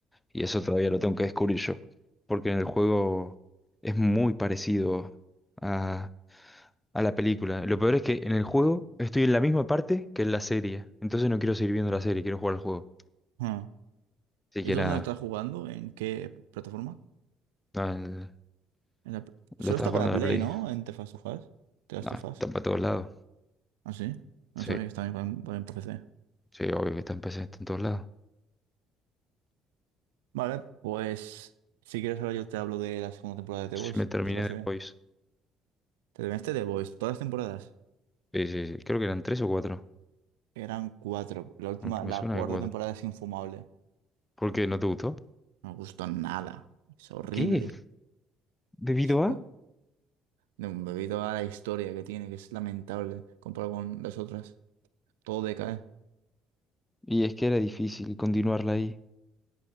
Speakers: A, on the left; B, on the right.
A: Y eso todavía lo tengo que descubrir yo. Porque en el juego es muy parecido a, a la película. Lo peor es que en el juego estoy en la misma parte que en la serie. Entonces no quiero seguir viendo la serie, quiero jugar al juego.
B: Ah.
A: Siquiera
B: ¿Y tú dónde lo estás jugando? ¿En qué plataforma?
A: no, el-
B: En la pl-
A: lo
B: Solo
A: estás
B: está
A: jugando
B: para
A: en
B: Play,
A: la Play.
B: ¿no? En The Last of Us. The Last
A: No,
B: of
A: está
B: Us.
A: para todos lados.
B: ¿Ah, sí? No
A: Sí,
B: sabía que está bien para, para, para PC.
A: sí, obvio que está en PC, está en todos lados.
B: Vale, pues si quieres ahora yo te hablo de la segunda temporada de The
A: Sí,
B: Voice,
A: me terminé
B: si te parece
A: de
B: bien.
A: Boys.
B: Te terminaste The Voice, todas las temporadas.
A: Sí, sí, sí. Creo que eran tres o cuatro.
B: Eran cuatro. La última,
A: Aunque Me
B: la
A: suena
B: cuarta
A: de cuatro.
B: temporada es infumable.
A: ¿Por qué no te gustó?
B: No me gustó nada. Es horrible.
A: ¿Qué? ¿Debido
B: Es
A: a?
B: ho- no, debido a la historia que tiene, que es lamentable comparado con las otras. Todo decae.
A: Y es que era difícil continuarla ahí.